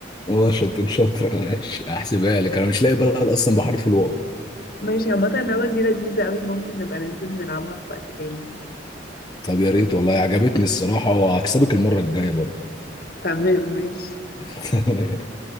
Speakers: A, on the left (about 25°); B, on the left (about 55°).
A: واشنطن شاطرة ماشي احسبها لك انا مش لاقي بلد اصلا بحرف الواو
B: ماشي عامة اللعبة دي لذيذة قوي ممكن نبقى ننزل نلعبها في وقت تاني
A: طب يا ريت والله عجبتني الصراحة وهكسبك المرة الجاية برضو
B: تمام ماشي
A: <laughs>